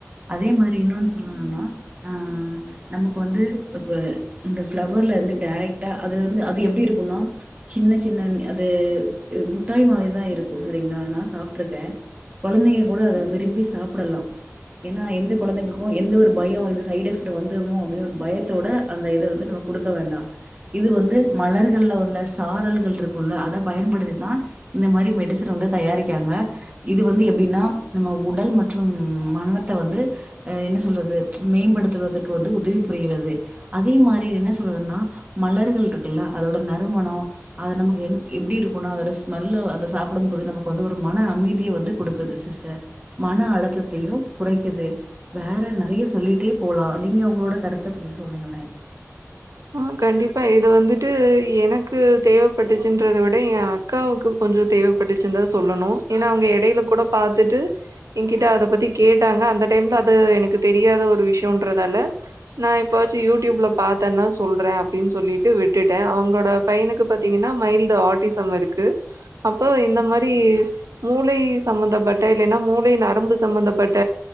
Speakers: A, on the right; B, on the right.
A: அதே மாரி இன்னொன்னு சொல்லணும்னா அ நமக்கு வந்து இப்ப இந்த பிளவர்ல இருந்து டைரெக்ட்டா அது வந்து அது எப்டி இருக்குனா சின்ன சின்ன அது முட்டாய் மாறி அப்டி தா இருக்கு சரிங்களா நா சாப்ட்டுருக்கே கொழந்தைங்க கூட அத விரும்பி சாப்டலா ஏன்னா எந்த கொழந்தைகளுக்கு எந்த ஒரு பயோ இது சைட் எஃபெக்ட்ல வந்துருமோ அப்டின்னு ஒரு பயத்தோட அந்த இது வந்து ந குடுக்க வேணா இது வந்து மலர்கள்ல உள்ள சாரல்கள் இருக்கும்ல அத பயன்படுத்திதா இந்த மாரி மெடிசன் வந்து தயாரிக்காங்க இது வந்து எப்டின்னா நம்ம உடல் மற்றும் மனத்த வந்து அ என்ன சொல்றது மேம்படுத்துவதற்கு வந்து உதவி புரிகிறது அதே மாரி என்ன சொல்றதுன்னா மலர்கள் இருக்குல்ல அதோட நறுமணோ அது நமக்கு என் எப்டி இருக்குனா அதோட ஸ் நல்ல அதை சாப்டும் போது நமக்கு வந்து ஒரு மன அமைதியை வந்து குடுக்குது சிஸ்டர் மன அழுத்தத்தையு குறைக்குது வேற நெறைய சொல்லிட்டே போலாம் நீங்க உங்களோட கருத்தை கொஞ்சோ சொல்லுங்களே
B: <inaudible> அ கண்டிப்பா இது வந்துட்டு எனக்கு தேவைப்பட்டுச்சுன்றத விட என் அக்காவுக்கு கொஞ்சோ தேவைப்பட்டுச்சுந்தா சொல்லணு ஏன்னா அவங்க எடையில கூட பாத்துட்டு என்கிட்ட அத பத்தி கேட்டாங்க அந்த டைம்ல அது எனக்கு தெரியாத ஒரு விஷயம்ன்றதால நான் எப்ப வாச்சு யூடியூப்ல பாத்தேன்னா சொல்றே அப்டின்னு சொல்லிட்டு விட்டுட்டே அவங்களோட பையனுக்கு பாத்தீங்கன்னா மைல்டு ஆர்டிசம் இருக்கு அப்ப இந்த மாதிரி மூளை சம்பந்தப்பட்ட இல்லன்னா மூளை நரம்பு சம்பந்தப்பட்ட